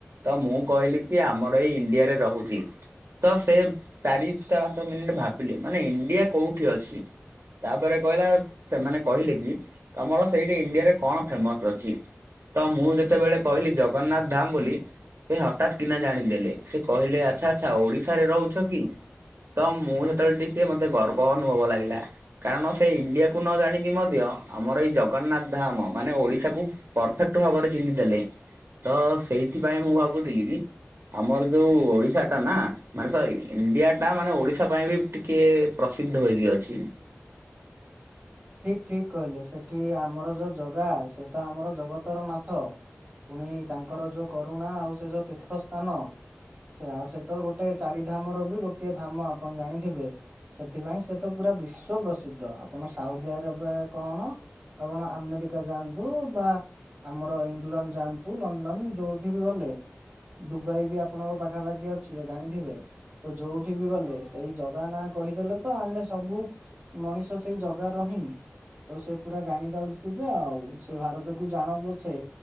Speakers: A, on the right; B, on the right.
A: ତ ମୁଁ କହିଲି କି ଆମର ଏଇ ଇଣ୍ଡିଆରେ ରହୁଚି। ତ ସେ ଚାରି ପାଞ୍ଚ ମିନିଟ୍ ଭାବିଲେ ମାନେ ଇଣ୍ଡିଆ କୋଉଠି ଅଛି? ତାପରେ କହିଲା ସେମାନେ କହିଲେ କି ତମର ସେଇଠି ଇଣ୍ଡିଆରେ କଣ ଫେମସ ଅଛି? ତ ମୁଁ ଯେତେବେଳେ କହିଲି ଜଗନ୍ନାଥ ଧାମ୍ ବୋଲି ସେ ହଠାତ୍ କିନା ଜାଣିଦେଲେ। ସେ କହିଲେ ଆଚ୍ଛା ଆଚ୍ଛା ଓଡ଼ିଶାରେ ରହୁଛ କି? ତ ମୁଁ ସେତେବେଳେ ଟିକେ ମତେ ଗର୍ବ ଅନୁଭବ ଲାଗିଲା। କାରଣ ସେ ଇଣ୍ଡିଆକୁ ନ ଜାଣିକି ମଧ୍ୟ ଆମର ଏଇ ଜଗନ୍ନାଥ ଧାମ୍ ମାନେ ଓଡ଼ିଶାକୁ ପରଫେକ୍ଟ ଭାବରେ ଚିହ୍ନିଦେଲେ ତ ସେଇଥିପାଇଁ ମୁଁ ଭାବୁଥିଲି କି ଆମର ଯୋଉ ଓଡ଼ିଶାଟା ନା ମାନେ ସରି ଇଣ୍ଡିଆ ଟା ମାନେ ଓଡ଼ିଶା ପାଇଁ ବି ଟିକେ ପ୍ରସିଦ୍ଧ ହୋଇକିଅଛି।
B: ଠିକ୍ ଠିକ୍ କହିଲେ ସେଠି ଆମର ଯୋଉ ଜଗା ସେ ତ ଆମର ଜଗତର ନାଥ। ପୁଣି ତାଙ୍କର ଯୋଉ କରୁଣା ଆଉ ସେ ଯୋଉ ତୀର୍ଥ ସ୍ଥାନ। ତା ସହିତ ଗୋଟେ ଚାରିଧାମର ବି ଗୋଟିଏ ଧାମ ଆପଣ ଜାଣିଥିବେ। ସେଥିପାଇଁ ସେ ତ ପୁରା ବିଶ୍ଵ ପ୍ରସିଦ୍ଧ ଆପଣ ସାଉଦି ଆରବିଆ କଣ ଆପଣ ଆମେରିକା ଯାଆନ୍ତୁ ବା ଆମର ଇଂଲଣ୍ଡ ଯାଆନ୍ତୁ ଲଣ୍ଡନ୍ ଯୋଉଠି ବି ଗଲେ ଦୁବାଇ ବି ଆପଣଙ୍କ ପାଖାପାଖି ଅଛି ଜାଣିଥିବେ। ତ ଯୋଉଠି ବି ଗଲେ ସେଇ ଜଗା ନାଁ କହିଦେଲେ ତ ଆମେ ସବୁ ମଣିଷ ସେଇ ଜ ଗାରହିିଁ ତ ସେ ପୁରା ଜାଣି ଦଉଛଥିବେ ଆଉ ସେ ଭାରତକୁୁ ଜାଣୁ ପଛେ